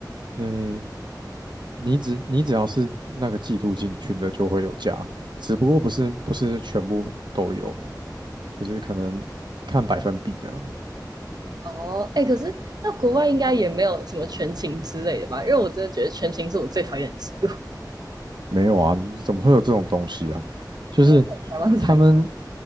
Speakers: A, on the right; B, on the right.
A: 嗯，你只你只要是那个季度进群的就会有加，只不过不是不是全部都有啊，就是可能看百分比这样的。
B: 哦，哎，可是那国外应该也没有什么全勤之类的吧？因为我真的觉得全勤是我最讨厌的制度，
A: 没有啊，怎么会有这种东西啊？
B: <laughs>
A: 就是
B: 因为台湾才
A: 他们